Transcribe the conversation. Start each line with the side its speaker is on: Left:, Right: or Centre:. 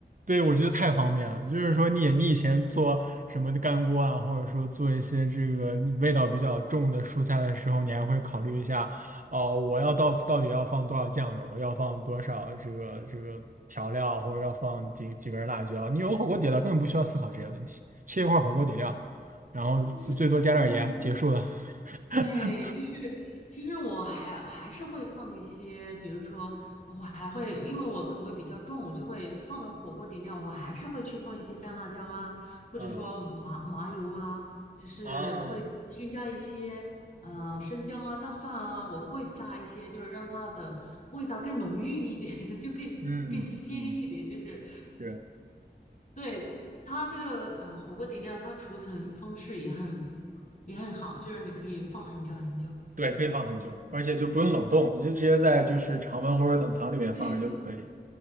Right: 对，我觉得太方便了。就是说你，你以前做什么的干锅啊，或者说做一些这个味道比较重的蔬菜的时候，你还会考虑一下，哦、我要到到底要放多少酱油，要放多少这个这个调料，或者要放几几根辣椒。你有火锅底料，根本不需要思考这些问题，切一块火锅底料，然后最最多加点盐，
Left: 其实，对对对，
Right: 结束了。<laughs>
Left: 对，就是其实我还还是会放一些，比如说我还会，因为我口味比较重，我就会放了火锅底料，我还是会去放一些干辣椒啊，或者说麻麻油啊，
Right: 嗯
Left: 就是会添加一些呃生姜啊、
Right: 啊，
Left: 大蒜啊，我会加一些，就是让它的味道更浓郁一点，<laughs> 就更更鲜一点，
Right: 嗯嗯，
Left: 就是
Right: 是。
Left: 对。它这个呃火锅底料，它储存方式也很也很好，就是你可以放很久很久。
Right: 对，可以放很久，而且就不用冷冻，你就直接在就是常温或者冷藏里面放着就可以。
Left: 对